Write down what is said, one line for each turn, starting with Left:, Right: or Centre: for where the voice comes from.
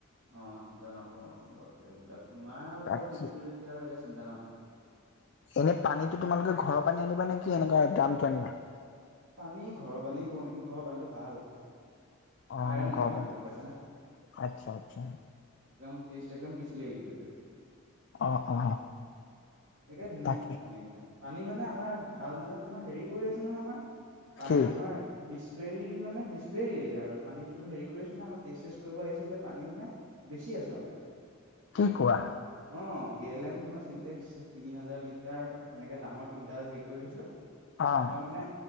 Right: অ চিন্তা নকৰো বাৰু এইবিলাক তোমাৰ ওপৰত
Left: বাকী
Right: দি দিলো যেতিয়া আৰু এতিয়া চিন্তা নকৰো।
Left: এনে পানীতো তোমালোকে ঘৰৰ পানী আনিবা নেকি এনেকুৱা দামটো আনিবা?
Right: পানী ঘৰৰ পানীয়ে কওঁ নেকি ঘৰৰ পানীটো ভাল।
Left: অ',
Right: আয়ন নাই
Left: ঘৰৰ
Right: আমাৰটো
Left: পানী
Right: গম পাইছানে।
Left: আচ্ছা আচ্ছা
Right: একদম টেষ্ট একদম বিছলাৰি গোতেইটো
Left: আহ অ
Right: একে ধুনীয়া
Left: তাকে
Right: পানী একদম, পানী মানে আমাৰ ভাল মানে তোমাৰ হেৰি কৰি আছো নহয় আমাৰ পানী
Left: কি
Right: তোমাৰ বিচলেৰি মানে বিচলেৰিয়ে আৰু পানীটোতো হেৰি কৰিছ ন আমাৰ টেজ চেষ্ট কৰিব আহিছে, এতিয়া পানী মানে বেছি আছো আমাৰ
Left: কি কোৱা?
Right: অ গেলেন তোমাৰ চিটেক্স তিনি হাজাৰ লিটাৰ এনেকে ডাঙৰ তিনটা হেৰি কৰি থৈছো।
Left: অ',
Right: কোৱা মানে